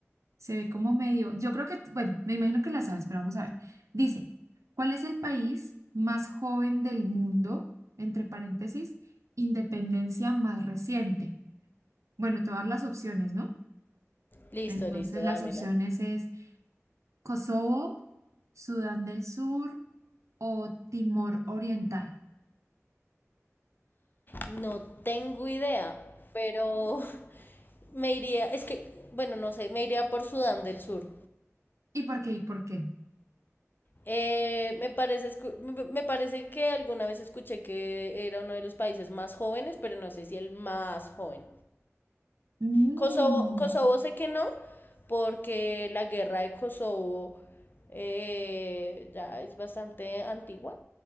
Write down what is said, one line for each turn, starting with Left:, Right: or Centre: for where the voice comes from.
Right: se ve como medio, yo creo que, bueno, me imagino que la sabes, pero vamos a ver. Dice, ¿cuál es el país más joven del mundo? Entre paréntesis, independencia más reciente. Bueno, te voy a dar las opciones, ¿no?
Left: Listo,
Right: Entonces
Left: listo, dámela.
Right: las opciones es Kosovo, Sudán del Sur o Timor Oriental.
Left: No tengo idea, pero <laughs> me iría, es que, bueno, no sé, me iría por Sudán del Sur.
Right: ¿Y por qué? ¿Y por qué?
Left: Eh, me parece, escu- me me parece que alguna vez escuché que era uno de los países más jóvenes, pero no sé si el más joven.
Right: Mm.
Left: Kosovo, Kosovo sé que no, porque la guerra de Kosovo eh, ya es bastante antigua.